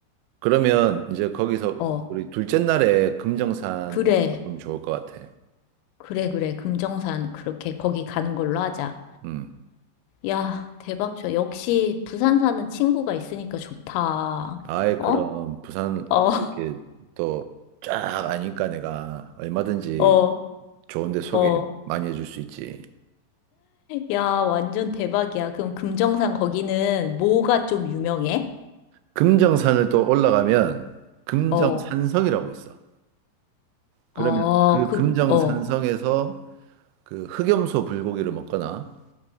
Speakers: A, on the right; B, on the left.
A: 그러면 이제 거기서
B: 어,
A: 우리 둘째 날에 금정산
B: 그래.
A: 와보면 좋을 것 같아.
B: 그래, 그래. 금정산, 그렇게 거기 가는 걸로 하자.
A: 음.
B: 야, 대박이야. 역시 부산 사는 친구가 있으니까 좋다.
A: 아이,
B: 어?
A: 그럼, 부산
B: 어, <laughs>
A: 이렇게 또 쫙 아니까 내가 얼마든지
B: 어,
A: 좋은데 소개
B: 어.
A: 많이 해줄 수 있지.
B: 야, 완전 대박이야. 그럼 금정산 거기는 뭐가 좀 유명해?
A: 금정산을 또 올라가면 금정산성이라고
B: 어,
A: 있어. 그러면
B: 어,
A: 그
B: 그,
A: 금정산성에서
B: 어.
A: 그 흑염소 불고기를 먹거나